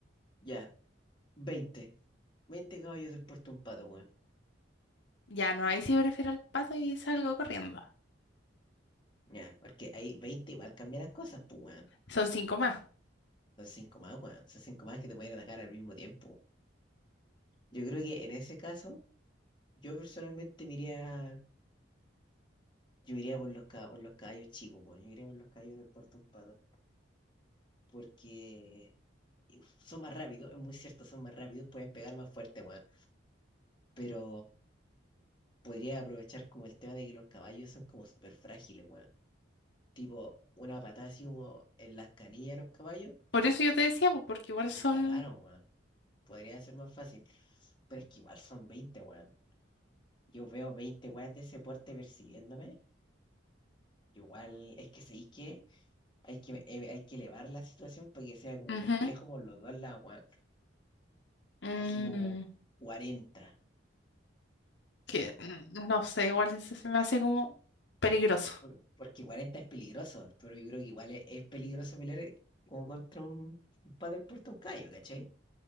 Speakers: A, on the left; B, on the left.
A: ya, 20 20 caballos del puerto un pato, weón.
B: Ya no, ahí sí prefiero al pato y salgo corriendo.
A: Ya, porque ahí 20 igual cambia las cosas, pues, weón.
B: Son cinco más.
A: Son cinco más, weón. Son cinco más que te pueden atacar al mismo tiempo. Yo creo que en ese caso, yo personalmente me iría, yo me iría por los, ca- por los caballos chicos, weón. Yo me iría por los caballos del Puerto Pato. Porque son más rápidos, es muy cierto, son más rápidos, pueden pegar más fuerte, weón. Pero podría aprovechar como el tema de que los caballos son como súper frágiles, weón. Tipo, una patada así como en las canillas de los caballos
B: Por eso yo te decía, pues, porque igual son.
A: y cagaron, weón. Podría ser más fácil. Pero es que igual son 20, weón. Yo veo 20 weas de ese porte persiguiéndome. Igual es que sé que hay que, eh, hay que elevar la situación para que sea como
B: Ujú.
A: complejo por los dos lados, weón.
B: Mm,
A: Así como cuarenta
B: que mm, no sé, igual se, se me hace como peligroso.
A: Por- Porque cuarenta es peligroso, pero yo creo que igual es, es peligroso pelear eh, como contra un, un paddle puerto, un callo, ¿cachai?